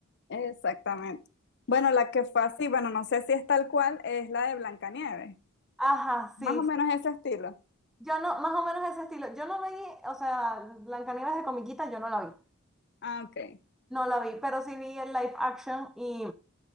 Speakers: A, on the left; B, in the centre.
A: exactamente. Bueno, la que fue así, bueno, no sé si es tal cual, es la de Blancanieves.
B: Ajá,
A: Más
B: sí.
A: o menos ese estilo.
B: Yo no, más o menos ese estilo. Yo no vi, o sea, Blancanieves de comiquita, yo no la vi.
A: Ah, ok.
B: No la vi, pero sí vi el live action y